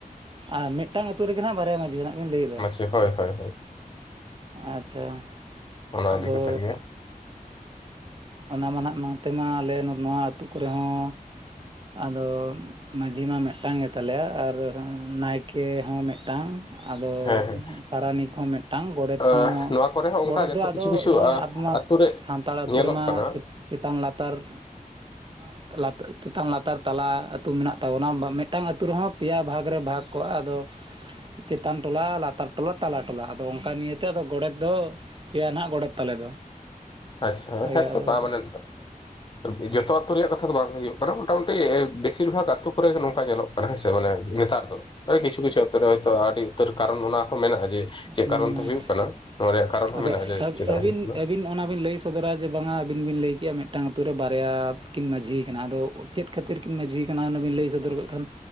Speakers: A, on the right (about 35°); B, on the left (about 35°).
A: ᱟᱨ ᱢᱤᱫᱴᱟᱝ ᱟᱹᱛᱩ ᱨᱮᱜᱮ ᱱᱟᱦᱟᱸᱜ ᱵᱟᱨᱭᱟ ᱢᱟᱹᱡᱷᱤ ᱦᱟᱸᱜ ᱵᱤᱱ ᱞᱟᱹᱭ ᱮᱫᱟ
B: <unintelligible> ᱦᱚᱭ ᱦᱚᱭ
A: ᱟᱪᱪᱷᱟ
B: ᱚᱱᱟ
A: ᱟᱫᱚ
B: ᱤᱫᱤ ᱠᱟᱛᱮᱫ ᱜᱮ
A: ᱚᱱᱟ ᱢᱟ ᱱᱟᱦᱟᱜ ᱱᱚᱱᱚᱛᱮ ᱢᱟ ᱟᱞᱮ ᱱᱚᱣᱟ ᱟᱹᱛᱩ ᱠᱚᱨᱮ ᱦᱚᱸ ᱟᱫᱚ ᱢᱟᱺᱡᱷᱤ ᱢᱟ ᱢᱤᱫᱴᱟᱝ ᱜᱮ ᱛᱟᱞᱮᱭᱟ ᱟᱨ ᱱᱟᱭᱠᱮ ᱦᱚᱸ ᱢᱤᱫᱴᱟᱝ ᱟᱫᱚ
B: ᱦᱮᱸ ᱦᱮᱸ
A: ᱯᱟᱨᱟᱱᱤᱠ ᱠᱚ ᱦᱚᱸ ᱢᱤᱫᱴᱟᱝ ᱜᱚᱰᱮᱛ
B: ᱟᱸ
A: ᱦᱚᱸ
B: ᱱᱚᱣᱟ ᱠᱚᱨᱮ ᱦᱚᱸ
A: ᱜᱚᱰᱮᱛ
B: ᱚᱱᱠᱟ ᱜᱮᱛᱚ
A: ᱫᱚ ᱟᱫᱚ
B: ᱠᱤᱪᱷᱩ ᱠᱤᱪᱷᱩ
A: ᱱᱚᱜᱼᱚᱭ <unintelligible>
B: ᱟᱛᱳ ᱨᱮ
A: ᱥᱟᱱᱛᱟᱲ ᱟᱹᱛᱩ
B: ᱧᱮᱞᱚᱜ
A: ᱨᱮᱢᱟ
B: ᱠᱟᱱᱟ
A: ᱪᱮᱛᱟᱱ ᱞᱟᱛᱟᱨ
B: <unintelligible>
A: <unintelligible> ᱪᱮᱛᱟᱱ ᱞᱟᱛᱟᱨ ᱛᱟᱞᱟ ᱟᱹᱛᱩ ᱢᱮᱱᱟᱜ ᱛᱟᱵᱚᱱᱟ ᱢᱤᱫᱴᱟᱱ ᱟᱹᱛᱩ ᱨᱮᱦᱚᱸ ᱯᱮᱭᱟ ᱵᱷᱟᱜᱽ ᱨᱮ ᱵᱷᱟᱜᱽ ᱠᱚᱜᱼᱟ ᱟᱫᱚ ᱪᱮᱛᱟᱱ ᱴᱚᱞᱟ ᱞᱟᱛᱟᱨ ᱴᱚᱞᱟ ᱛᱟᱞᱟ ᱴᱚᱞᱟ ᱟᱫᱚ ᱚᱱᱠᱟ ᱱᱤᱭᱮᱛᱮ ᱟᱫᱚ ᱜᱚᱰᱮᱛ ᱫᱚ ᱯᱮᱭᱟ ᱱᱟᱦᱟᱜ ᱜᱚᱰᱮᱛ ᱛᱟᱞᱮ ᱫᱚ
B: ᱟᱪᱪᱷᱟ
A: ᱚᱱᱠᱟᱜᱮ
B: <unintelligible> ᱛᱚ
A: ᱟᱫᱚ
B: <unintelligible> ᱢᱟᱱᱮ <unintelligible> ᱡᱚᱛᱚ ᱟᱹᱛᱩ ᱨᱮᱭᱟᱜ ᱠᱟᱛᱷᱟ ᱫᱚ ᱵᱟᱝ ᱦᱩᱭᱩᱜ ᱠᱟᱱᱟ ᱢᱚᱴᱟᱢᱩᱴᱤ ᱵᱮᱥᱤᱨ ᱵᱷᱟᱜᱽ ᱟᱹᱛᱩ ᱠᱚᱨᱮ ᱜᱮ ᱱᱚᱝᱠᱟ ᱧᱮᱞᱚᱜ ᱠᱟᱱᱟ ᱦᱮᱸᱥᱮ ᱢᱟᱱᱮ ᱱᱮᱛᱟᱨ ᱫᱚ ᱛᱚ ᱠᱤᱪᱩ ᱠᱤᱪᱩ ᱟᱛᱳ ᱨᱮ ᱦᱚᱭᱛᱚ ᱟᱹᱰᱤ ᱩᱛᱟᱹᱨ ᱠᱟᱨᱚᱱ ᱚᱱᱟ ᱠᱚ ᱢᱮᱱᱟᱜᱼᱟ ᱡᱮ ᱪᱮᱫ
A: ᱦᱩᱸ
B: ᱠᱟᱨᱚᱱ ᱛᱮ ᱦᱳᱭᱳᱜ ᱠᱟᱱᱟ ᱱᱚᱣᱟ ᱨᱮᱭᱟᱜ ᱠᱟᱨᱚᱱ ᱦᱚᱸ
A: ᱟᱫᱚ
B: ᱢᱮᱱᱟᱜᱼᱟ ᱡᱮ ᱪᱮᱫᱟᱜ
A: ᱟᱹᱵᱤᱱ
B: ᱦᱩᱭᱩᱜ ᱠᱟᱱᱟ
A: ᱟᱹᱵᱤᱱ ᱚᱱᱟ ᱵᱤᱱ ᱞᱟᱹᱭ ᱥᱚᱫᱚᱨᱟ ᱡᱮ ᱵᱟᱝᱟ ᱟᱹᱵᱤᱱ ᱵᱤᱱ ᱞᱟᱹᱭ ᱠᱮᱫᱮᱜᱼᱟ ᱢᱤᱫᱴᱟᱝ ᱟᱛᱩᱨᱮ ᱵᱟᱨᱭᱟ ᱠᱤᱱ ᱢᱟᱺᱡᱷᱤ ᱟᱠᱟᱱᱟ ᱟᱫᱚ ᱪᱮᱫ ᱠᱷᱟᱹᱛᱤᱨ ᱠᱤᱱ ᱢᱟᱺᱡᱷᱤ ᱟᱠᱟᱱᱟ ᱚᱱᱟᱵᱤᱱ ᱞᱟᱹᱭ ᱥᱚᱫᱚᱨ ᱠᱮᱫ ᱠᱷᱟᱱ